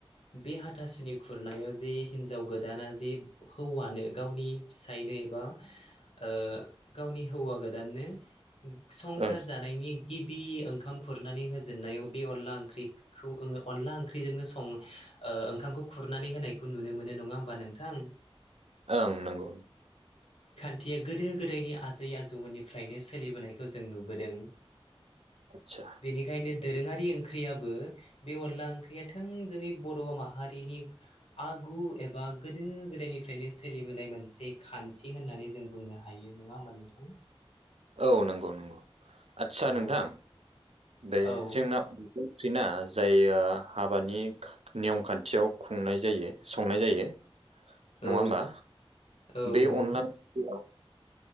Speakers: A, on the left; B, on the right.
A: बे हाथासुनि खुरनायाव जे हिनजाव गोदाना जे हौवानो गावनि फिसायनो एबा ओ गावनि हौवा गोदाननो संसार
B: ओं
A: जानायनि गिबि ओंखाम खुरनानै होजेननायाव बे अनला ओंख्रिखौ अनला ओंख्रिजोंनो सं ओ ओंखामखौ खुरनानै होनायखौ नुनो मोनो नङा होमबा नोंथां?
B: ओं नंगौ।
A: थिया गोदो गोदायनि आजै आजौमोननिफ्रायनो सोलिबोनायखौ जों नुबोदों।
B: आदसा
A: बेनिखायनो दोरोङारि ओंख्रिया बो बे अनला ओंख्रिया थों जोंनि बर' माहारिनि आगु एबा गोदो गोदो गोदायनिफ्रायनो सोलिबोनाय मोनसे खान्थि होननानै जों बुंनो हायो नङा होमबा नोंथां?
B: <unintelligible> औ नंगौ नंगौ आदसा
A: औ
B: नोंथां बे
A: औ
B: जोंना <unintelligible> जाय ओ हाबानि नियम खान्थियाव खुंनाय जायो संनाय जायो। नङा
A: औ
B: ओमबा
A: औ
B: बे
A: नंगौ
B: अनला <unintelligible>